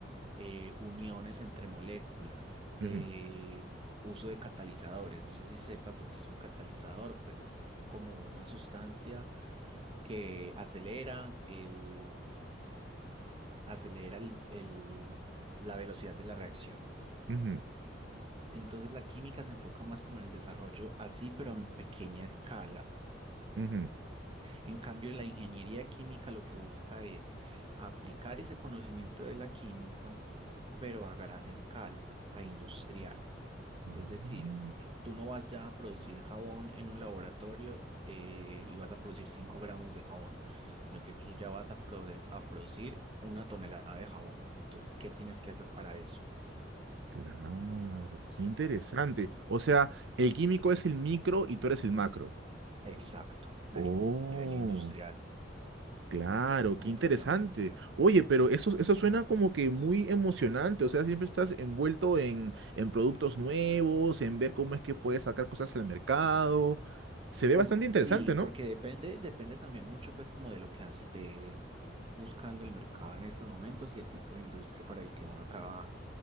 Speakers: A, on the right; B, on the right.
A: eh, uniones entre moléculas, de
B: ujú,
A: uso de catalizadores. No sé si sepas lo que es un catalizador, pues es como una sustancia que acelera el, acelera el, el- la velocidad de la reacción.
B: ujú.
A: Entonces la química se enfoca más como en el desarrollo así, pero en pequeña escala
B: Ujú.
A: En cambio, la ingeniería química lo que busca es aplicar ese conocimiento de la química, pero a gran escala, a industrial.
B: Mm,
A: Es decir, tú no vas ya a producir jabón en un laboratorio eh, y vas a producir 5 gramos de jabón, sino que tú ya vas a, prode- a producir una tonelada de jabón. Entonces, ¿qué tienes que hacer para eso?
B: Claro, qué interesante. O sea, el químico es el micro y tú eres el macro.
A: Exacto, a
B: Oh,
A: ni- nivel industrial,
B: claro,
A: completamente.
B: qué interesante. Oye, pero eso, eso suena como que muy emocionante. O sea, siempre estás envuelto en, en productos nuevos, en ver cómo es que puedes sacar cosas al mercado. Se ve
A: Pues
B: bastante interesante,
A: sí, porque
B: ¿no?
A: depende, depende también mucho pues como de lo que esté buscando el mercado en estos momentos y el tipo de industria para el que uno trabaje.